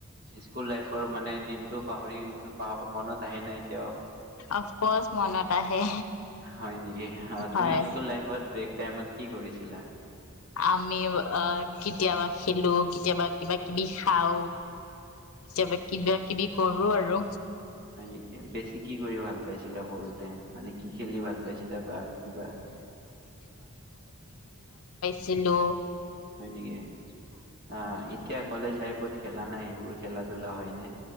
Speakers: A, on the right; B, on the left.
A: স্কুল লাইফৰ মানে দিনটো পাহৰি মনত আহে নাই এতিয়াও
B: অফকৰ্চ মনত আহে
A: হয় নেকি অ তুমি
B: হয়।
A: স্কুল লাইফত ব্ৰেক টাইমত কি কৰিছিলা।
B: আমি অঁ কেতিয়াবা খেলো কেতিয়াবা কিবা কিবি খাওঁ এবা কিবা কিবি কৰো কৰো আৰু
A: হয় নেকি বেছি কি কৰি ভাল পাইছিলা সৰুতে। তে মানে কি খেলি ভাল পাইছিলা বা কিবা
B: চিলো
A: হয় নেকি অঁ এতিয়া কলেজ লাইফত খেল খেলা নাই সেইবোৰ খেলা ধূলা হয় নে?